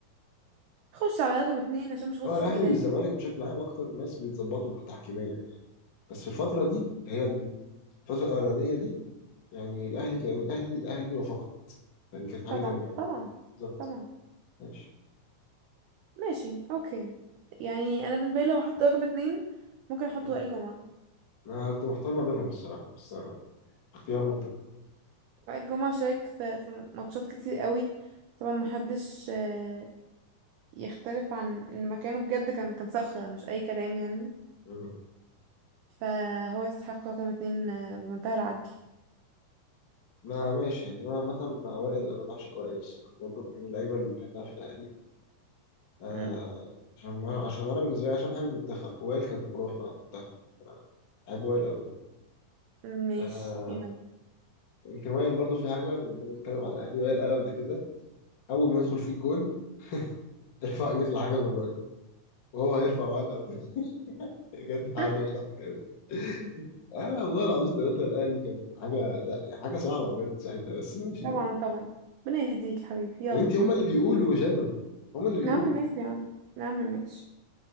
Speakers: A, on the right (about 75°); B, on the left (about 45°).
A: خش على رقم اتنين عشان مش هخش
B: هو الاهلي
A: في الجدال
B: والزمالك
A: ده
B: بشكل عام اكتر ناس بيتظبطوا في تحكيميا يعني بس في الفتره دي اللي هي الفتره الاولانيه دي يعني الاهلي كان الاهلي الاهلي وفقط يعني كانت حاجه
A: طبعا
B: تانيه بقى.
A: طبعا
B: بالظبط
A: طبعا
B: ماشي
A: ماشي اوكي يعني انا بالنسبة لي لو احط رقم اتنين ممكن احط
B: مم.
A: وائل جمعة
B: انا كنت محتار ما بينهم الصراحه بس آه، اختيار منطقي
A: وائل جمعة شارك في, في ماتشات كتير قوي طبعا محدش آه، يختلف عن ان مكانه بجد كان كان صخرة مش اي كلام يعني
B: مم.
A: فهو يستحق رقم اتنين آه، بمنتهى العدل
B: ما ماشي يعني انا عامه وائل انا بعشق وائل الصراحه برضه من اللعيبه اللي بحبها في الاهلي آه
A: مم.
B: عشان انا عشان انا بالنسبه لي عشان بحب المنتخب وائل كان خرافي مع المنتخب انا بحب وائل قوي يعني.
A: ماشي
B: آه
A: يلا
B: يمكن وائل برضو في حاجه لما بنتكلم على الاهلي وائل قال قبل كده اول ما يدخل فيك جون <laughs> ترفع ايدك لحاجه من الراجل وهو هيرفع معاك على طول <laughs> بجد النهارده
A: <laughs>
B: مش ضحك قوي <laughs> آه والله العظيم ثلاثة الأهلي كان حاجة ده حاجة صعبة بجد ساعتها بس ماشي
A: طبعا
B: يعني,
A: طبعا ربنا يهديك حبيبي يلا
B: يعني أنت هما اللي بيقولوا مش أنا هما اللي بيقولوا
A: يا عم ماشي يا عم يا عم ماشي